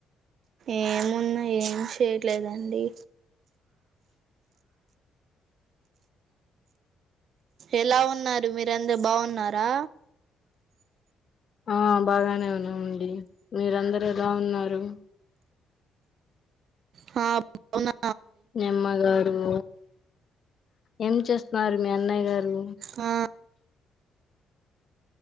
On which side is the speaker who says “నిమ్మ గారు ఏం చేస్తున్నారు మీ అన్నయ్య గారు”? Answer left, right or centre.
Left